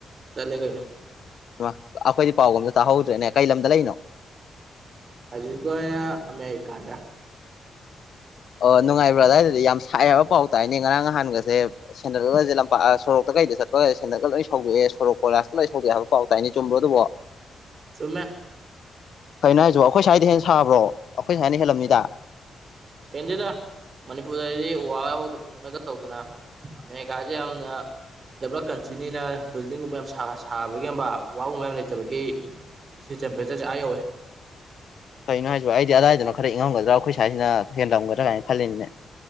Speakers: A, on the right; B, on the left.
A: ꯆꯠꯂꯦ ꯀꯩꯅꯣ
B: ꯍꯩꯃ ꯑꯩꯈꯣꯏꯗꯤ ꯄꯥꯎꯒ ꯑꯝꯇ ꯇꯥꯍꯧꯗ꯭ꯔꯦꯅꯦ ꯀꯩ ꯂꯝꯗ ꯂꯩꯔꯤꯅꯣ
A: ꯍꯧꯖꯤꯛꯀꯤ ꯑꯣꯏꯅ ꯑꯃꯦꯔꯤꯀꯥꯗ
B: ꯑꯣ ꯅꯨꯡꯉꯥꯏꯕ꯭ꯔꯥ ꯑꯗꯥꯏꯗꯗꯤ ꯌꯥꯝ ꯁꯥꯏ ꯍꯥꯏꯕ ꯄꯥꯎ ꯇꯥꯏꯅꯦ ꯉꯔꯥꯡ ꯅꯍꯥꯟꯒꯁꯦ ꯁꯦꯟꯗꯜꯒꯖꯦ ꯂꯝꯄꯥꯛ ꯁꯣꯔꯣꯛꯇ ꯀꯩꯗ ꯆꯠꯄꯒꯖꯦ ꯁꯦꯟꯗꯜꯒ ꯂꯣꯏ ꯁꯧꯗꯣꯛꯑꯦ ꯁꯣꯔꯣꯛ ꯀꯣꯏꯂꯥꯁꯀ ꯂꯣꯏ ꯁꯗꯣꯛꯑꯦ ꯍꯥꯏꯕ ꯄꯥꯎ ꯇꯥꯏꯅꯦ ꯆꯨꯝ꯭ꯕꯔꯣ ꯑꯗꯨꯕꯣ <inaudible>
A: ꯆꯨꯝꯃꯦ
B: ꯀꯩꯅꯣ ꯍꯥꯏꯁꯤꯕꯣ ꯑꯩꯈꯣꯏ ꯁ꯭ꯋꯥꯏꯗꯩꯩ ꯍꯦꯟꯅ ꯁꯥꯕ꯭ꯔꯣ ꯑꯩꯈꯣꯏ ꯁꯋꯥꯏꯅ ꯍꯦꯟꯂꯝꯅꯤꯗ
A: ꯍꯦꯟꯗꯦꯗ ꯃꯅꯤꯄꯨꯔꯗꯗꯤ ꯎ ꯋꯥ <unintelligible> ꯐꯖꯅꯒ ꯇꯧꯗꯅ ꯑꯃꯦꯔꯤꯀꯥꯁꯦ ꯌꯥꯝꯅ ꯗꯦꯕꯂꯞ ꯀꯟꯇ꯭ꯔꯤꯅꯤꯅ ꯕꯤꯜꯗꯤꯡꯒꯨꯝꯕ ꯌꯥꯝ ꯁꯥ ꯁꯥꯕꯒꯤ ꯎ ꯋꯥ ꯒꯨꯝꯕ ꯃꯌꯥꯝ ꯂꯩꯇꯕꯒꯤ ꯁꯤ ꯇꯦꯝꯄꯔꯦꯆꯔꯁꯦ ꯑꯥ ꯌꯧꯋꯦ
B: ꯀꯩꯅꯣ ꯍꯥꯏꯁꯤꯕꯣ ꯑꯩꯗꯤ ꯑꯗꯥꯏꯗꯅ ꯈꯔ ꯏꯪꯉꯝꯒꯗ꯭ꯔꯥ ꯑꯩꯈꯣꯏ꯭ꯁꯋꯥꯏꯁꯤꯅ ꯍꯦꯟꯂꯝꯒꯗꯔꯅ ꯈꯜꯂꯤꯅꯤꯅꯦ